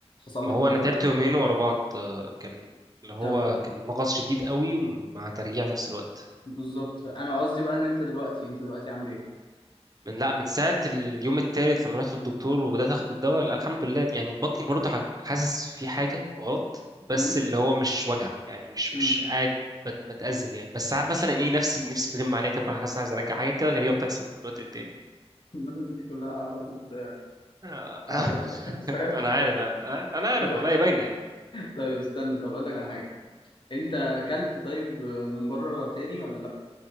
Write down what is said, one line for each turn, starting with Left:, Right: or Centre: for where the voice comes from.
Left: حصل
Right: ما
Left: لك
Right: هو
Left: الموضوع
Right: انا تعبت
Left: ده
Right: يومين ورا بعض آه، كان اللي هو
Left: تمام
Right: كان المغص شديد قوي مع ترجيع في نفس الوقت
Left: بالظبط انا قصدي بقى ان انت دلوقتي انت دلوقتي عامل ايه
Right: من لا من ساعة اليوم التالت لما رحت للدكتور وبدأت اخد الدواء لا الحمد لله يعني بطني برضه ح- حاسس في حاجة غلط بس
Left: امم
Right: اللي هو مش وجع يعني مش
Left: امم
Right: مش قاعد بت- متأزم يعني بس ساعات مثلا ايه نفسي نفسي بتغم عليا كده بكون حاسس عايز ارجع حاجة كده غريبة بتحصل في الوقت التاني يعني
Left: المدن دي كلها عرضت
Right: آه. <laughs>
Left: عرضت <laughs> فاهم
Right: انا عارف انا عارف أنا عارف
Left: طب
Right: والله هي باينة يعني.
Left: طيب استنى طب اقول لك على حاجة انت اكلت طيب من بره تاني ولا لا